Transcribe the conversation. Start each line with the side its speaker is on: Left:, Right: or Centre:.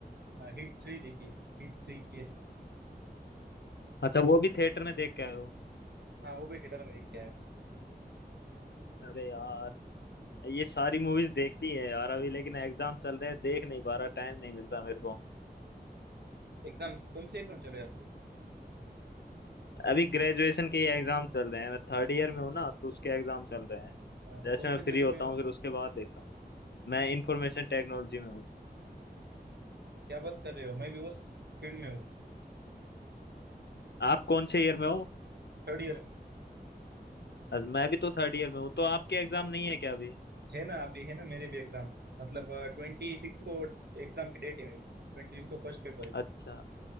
Right: हिट थ्री देखिए Hit three case
Left: अच्छा वो भी थिएटर में देख के आए हो
Right: हाँ वो भी थिएटर में देखा है
Left: अरे यार ये सारी मूवीज देखती है यार अभी लेकिन एग्जाम चल रहे हैं देख नहीं पा रहा टाइम नहीं मिल रहा मेरे को
Right: एकदम कौन से एकदम चल रहे आपकी
Left: अभी ग्रेजुएशन के एग्जाम चल रहे हैं मैं थर्ड ईयर में हूँ ना तो उसके एग्जाम चल रहे हैं
Right: आ,
Left: जैसे
Right: कौन
Left: मैं
Right: से
Left: फ्री
Right: फील्ड
Left: होता
Right: में हो
Left: हूँ फिर उसके बाद देखता हूँ मैं इंफॉर्मेशन
Right: कौन-
Left: टेक्नोलॉजी में हूँ
Right: क्या बात कर रहे हो मैं भी उस फील्ड में हूँ
Left: आप कौन से ईयर में हो
Right: थर्ड ईयर में
Left: अ- मैं भी तो थर्ड ईयर में हूँ तो आपके एग्जाम नहीं है क्या अभी
Right: है ना अभी है ना मेरे भी एग्जाम मतलब ट्वेंटी सिक्स को एग्जाम की डेट है मेरी ट्वेंटी सिक्स को फर्स्ट पेपर है
Left: अच्छा